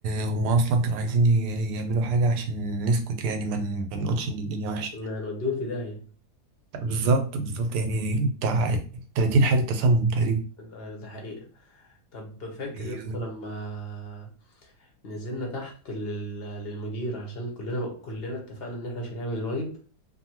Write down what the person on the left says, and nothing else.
كنا هنوديهم في داهية
ده ده حقيقة طب فاكر
يا اسطى لما نزلنا تحت لل- للمدير عشان كلنا كلنا اتفقنا ان احنا مش هنعمل الواجب